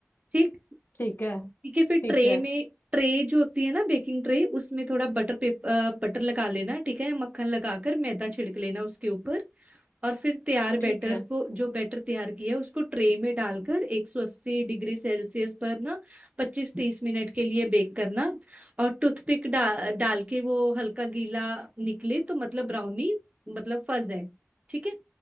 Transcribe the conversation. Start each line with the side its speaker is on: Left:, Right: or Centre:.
Right: ठीक
Left: ठीक है
Right: ठीक है फिर
Left: ठीक
Right: ट्रे
Left: है
Right: में ट्रे जो होती है ना बेकिंग ट्रे उसमें थोड़ा बटर पेपर बटर लगा लेना ठीक है मक्खन लगाकर मैदा छिड़क लेना उसके ऊपर और फिर तैयार बैटर
Left: ठीक है
Right: को जो बैटर तैयार किया है उसको ट्रे में डालकर 180 डिग्री सेल्सियस पर ना 25 30 मिनट के लिए बेक करना और टूथपिक डा, डाल के वो हल्का गीला निकले तो मतलब ब्राउनी मतलब फज है ठीक है